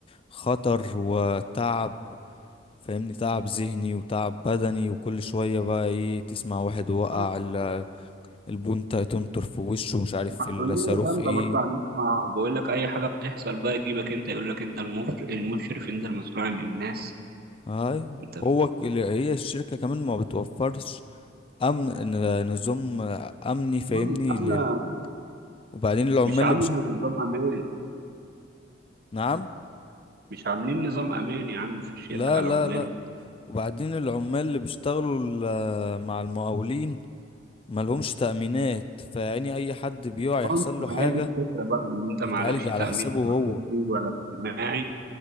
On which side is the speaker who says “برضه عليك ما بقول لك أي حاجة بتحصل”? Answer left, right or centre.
Right